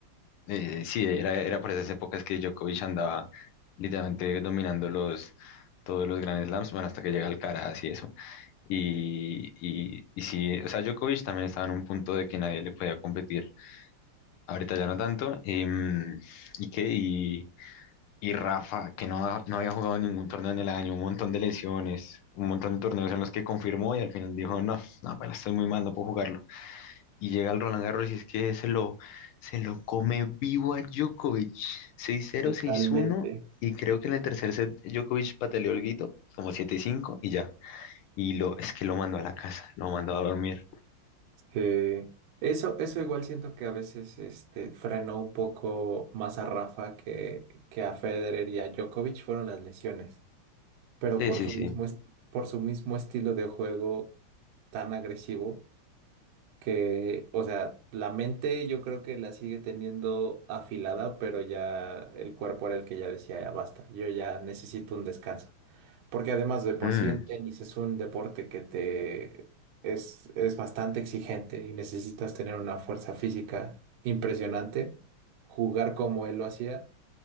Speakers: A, on the left; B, on the right.
A: eh, sí, era, era por esas épocas que Djokovic andaba literalmente dominando los, todos los Grand Slams, bueno, hasta que llega Alcaraz y eso. Y, y, y sí, o sea, Djokovic también estaba en un punto de que nadie le podía competir. Ahorita ya no tanto. em, ¿y qué? Y, y Rafa, que no, ha- no había jugado ningún torneo en el año, un montón de lesiones, un montón de torneos en los que confirmó y al final dijo, no, no, pues estoy muy mal, no puedo jugarlo y llega al Roland Garros y es que se lo, se lo come vivo a Djokovic. seis cero
B: Totalmente.
A: seis uno y creo que en el tercer set Djokovic pataleó el guito, como siete cinco y ya. Y lo, es que lo mandó a la casa, lo mandó a dormir.
B: Sí. Eso, eso igual siento que a veces este, frenó un poco más a Rafa que, que a Federer y a Djokovic fueron las lesiones. pero
A: Sí,
B: por
A: sí,
B: su
A: sí.
B: mismo, est- por su mismo estilo de juego tan agresivo que, o sea, la mente yo creo que la sigue teniendo afilada, pero ya el cuerpo era el que ya decía, ya basta, yo ya necesito un descanso. Porque además de por
A: Mm,
B: sí el tenis es un deporte que te es, es bastante exigente y necesitas tener una fuerza física impresionante. Jugar como él lo hacía